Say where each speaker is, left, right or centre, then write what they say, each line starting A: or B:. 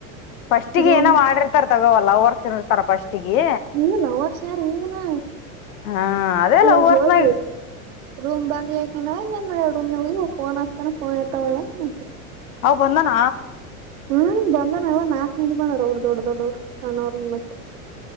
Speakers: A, on the left; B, on the right.
A: ಸ್ಟಿಗೆ
B: ರೂಮ್
A: ಏನೋ ಮಾಡಿರ್ತಾರ ತಗೋವಲ್ಲ ಅವರ್ಸನ್ರ್ತಾರ ಪಫಸ್ಟ್ ಟಿಗೆ
B: ಈಗ ಲವರ್ಸ್ ಯಾರ ಈಗನ
A: ಹಾ ಅದೆೇಲ್ಲ
B: ಈಗ
A: ಹೂ ವರ್ಷನ
B: ಹೋಗ ರೂಮ್ ಬಂಗ್ಲಿಾಕನ ಏನ್ ಮಾಡಡ ರೂಮ್ ನ ಹೋಗಿ ೋನ್ಸ್ತಾನ ಫೋನ್ ಇಐತಾವಳ ನಂಿ
A: ಅವ ಬಂದಾನ
B: ಹ್ಮಮ ಬಂದಾನ ಇವ ನಾಕಕ್ ನಿಂ ಬಂದಾರ ಅವ ದೊಡ್ಡ ದೊಡ್ಡವ್ರು ಕ್ಣವ್ರ ಮತ್ತೆ